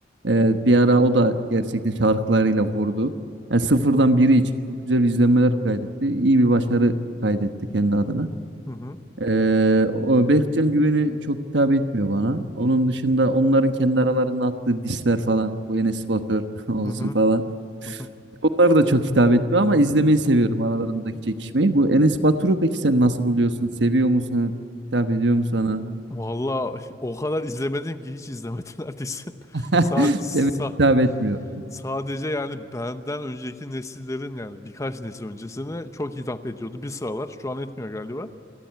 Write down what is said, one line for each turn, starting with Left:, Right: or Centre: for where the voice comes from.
Right: E, bir ara o da gerçekten şarkılarıyla vurdu. Yani sıfırdan biri için çok güzel izlenmeler kaydetti. İyi bir başarı kaydetti kendi adına.
Left: Hı hı.
Right: Ee, o Berkcan Güven'i çok hitap etmiyor bana. Onun dışında onların kendi aralarında attığı disler falan. Bu Enes Batur <laughs> olsun
Left: Hı hı.
Right: falan.
Left: Hı hı.
Right: Bunlar da çok hitap etmiyor ama izlemeyi seviyorum aralarındaki çekişmeyi. Bu Enes Batur'u peki sen nasıl buluyorsun? Seviyor musun? Hitap ediyor mu sana?
Left: Valla o kadar izlemedim ki hiç izlemedim <laughs> neredeyse.
Right: <laughs>
Left: Sadece,
Right: Demek ki hitap etmiyor.
Left: sadece yani benden önceki nesillerin yani birkaç nesil öncesine çok hitap ediyordu. Bir sıralar şu an etmiyor galiba.